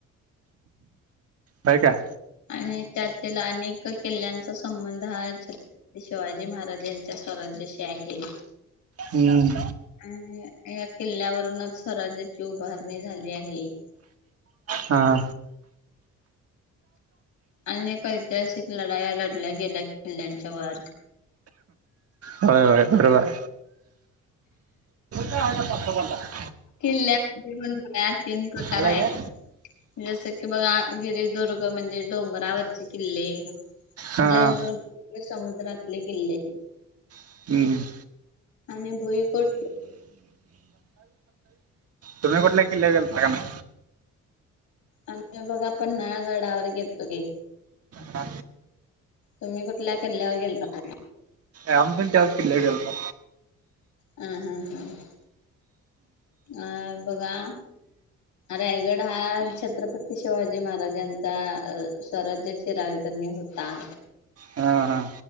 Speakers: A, on the right; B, on the left.
A: होय काय?
B: आणि त्यातील अनेक किल्ल्यांचा संबंध हा छत शिवाजी महाराज्यांच्या स्वराज्याशी आहे.
A: हम्म
B: अं या किल्ल्यावरंनच स्वराज्याची उभारणी झाली आहे.
A: हा
B: अनेक ऐतिहासिक लढाया लढल्या गेल्या किल्ल्यांच्या वर
A: होय होय बरोबर हाय
B: किल्ल्यामध्ये पण बघा तीन प्रकार
A: आलाय
B: आहेत.
A: का
B: जसं की बघा गिरी दुर्ग म्हणजे डोंगरावरचे किल्ले
A: हा
B: जलदुर्ग समुद्रातले किल्ले
A: हम्म
B: आणि भुईकोट
A: तुम्ही कुठल्या, किल्लावर गेलता काय नाही.
B: आम्ही बघा, पन्हाळगडावर गेलतो की
A: का
B: तुम्ही कुठल्या किल्ल्यावर गेलता काय
A: आम्हीपण त्याचं किल्ल्यावर गेलतो
B: हम हा हम अ बघा. रायगड हा छत्रपती शिवाजी महाराजांचा स्वराज्य ची राजधानी होता.
A: हम हा